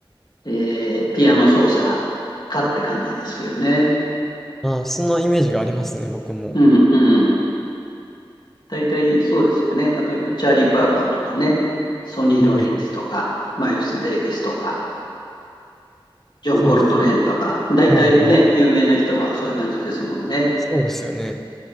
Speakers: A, on the left; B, in the centre.
A: で、ピアノ奏者かって感じですよね。
B: ああ、そんなイメージがありますね、僕も。
A: うん、うん。大体そうですよね。例えば、チャーリー・パーカーとかね、ソニー・
B: はい。
A: ロリンズとか、マイルス・デイビスとか、ジョン・
B: そうですよね。
A: コルトレーンとか、大体ね、
B: はいはい。
A: 有名な人はそういう感じですもんね。
B: そうですよね。